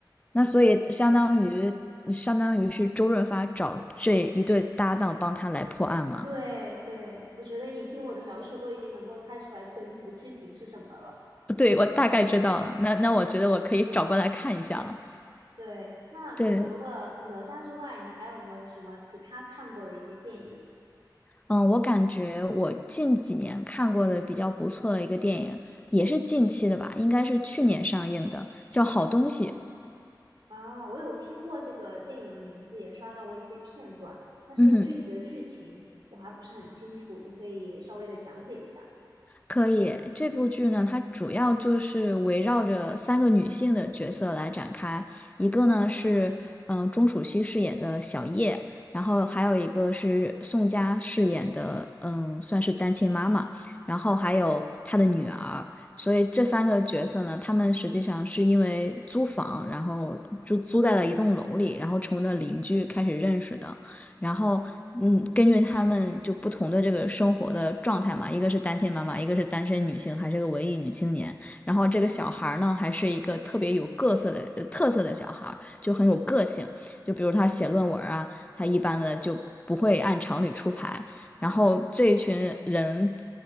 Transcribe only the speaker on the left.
那所以相当于相当于是周润发找这一对搭档帮他来破案吗？
<laughs> 对，我大概知道了，那那我觉得我可以找过来看一下了。
对，
嗯，我感觉我近几年看过的比较不错的一个电影，也是近期的吧，应该是去年上映的，
叫《好东西》。
嗯哼，
可以。这部剧呢，它主要就是围绕着三个女性的角色来展开。一个呢是，
嗯、呃钟楚曦饰演的小叶，然后还有一个是宋佳饰演的，嗯，算是单亲妈妈，然后还有她的女儿。所以这三个角色呢，他们实际上是因为租房，然后就租在了一栋楼里，然后成为了邻居，开始认识的。然后，嗯，根据他们就不同的这个生活的状态嘛，一个是单亲妈妈，一个是单身女性，还是个文艺女青年。然后这个小孩儿呢，
还是一个特别有各色的呃特色的小孩儿，就很有个性。就比如他写论文啊，他一般的就不会按常理出牌。然后这一群人